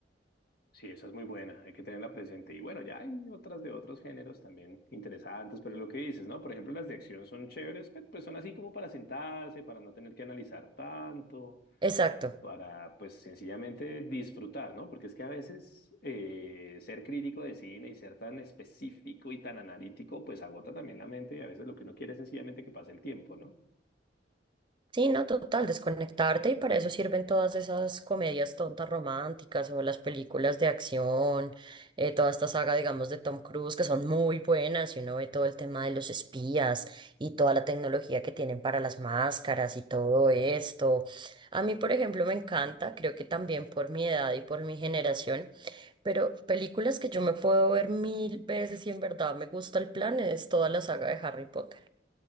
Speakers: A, on the left; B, on the right.
A: Sí, esa es muy buena, hay que tenerla presente. Y bueno, ya hay otras de otros géneros también interesantes, pero es lo que dices, ¿no? Por ejemplo, las de acción son chéveres, pe- pues son así como para sentarse, para no tener que analizar tanto,
B: Exacto.
A: para pues sencillamente disfrutar, ¿no? Porque es que a veces eh, ser crítico de cine y ser tan específico y tan analítico, pues agota también la mente y a veces lo que uno quiere es sencillamente que pase el tiempo, ¿no?
B: Sí, no, total, desconectarte y para eso sirven todas esas comedias tontas románticas o las películas de acción, eh, toda esta saga, digamos, de Tom Cruise, que son muy buenas y uno ve todo el tema de los espías y toda la tecnología que tienen para las máscaras y todo esto. A mí, por ejemplo, me encanta, creo que también por mi edad y por mi generación, pero películas que yo me puedo ver mil veces y en verdad me gusta el plan es toda la saga de Harry Potter.